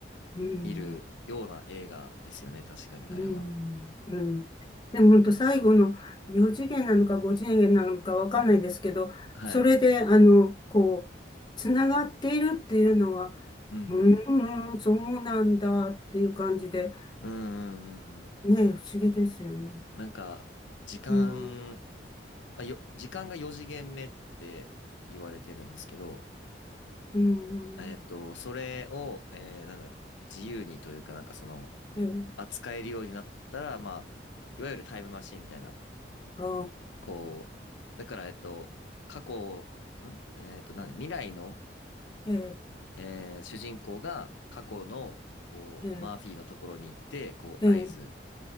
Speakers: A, on the left; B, on the left.
A: うん。
B: 見るような映画ですよね。確かに、
A: うん、
B: あれは。
A: うん。でも本当最後の4次元なのか5次元なのかわかんないですけど、
B: はい。
A: それで、あの、こう、つながっているっていうのは、
B: うんうん。
A: うーん、そうなんだっていう感じで、
B: うんうんうんうん。
A: ねえ、不思議ですよね。
B: なんか、時間
A: うん、
B: まあ、よ、時間が4次元目って言われてるんですけど、
A: うん、
B: えっと、それを、えーなんだ、自由にというかなんかその、
A: ええ、
B: 扱えるようになったら、まあ、いわゆるタイムマシンみたいな、
A: ああ、
B: こう、だから、えっと、過去、んえっと、なんだ未来の、
A: ええ、
B: えー主人公が過去の、こう、
A: ええ、
B: マーフィーのところに行って、こう、
A: ええ、
B: 合図